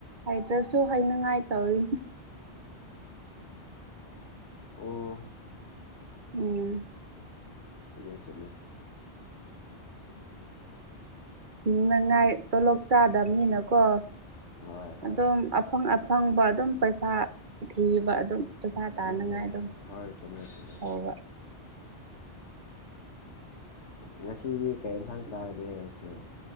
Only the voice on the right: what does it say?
ꯍꯇ꯭ꯔꯁꯨ ꯍꯥꯏꯅꯉꯥꯏ ꯇꯧꯔꯤꯅꯤ
ꯎꯝ
ꯍꯤꯡꯅꯉꯥꯏ ꯇꯣꯂꯣꯞ ꯆꯥꯗꯕꯅꯤꯅꯀꯣ
ꯑꯗꯨꯝ ꯑꯐꯪ ꯑꯐꯪꯕ ꯑꯗꯨꯝ ꯄꯩꯁꯥ ꯊꯤꯕ ꯑꯗꯨꯝ ꯄꯩꯁꯥ ꯇꯥꯅꯉꯥꯏ
ꯑꯗꯨꯝ
ꯇꯧꯕ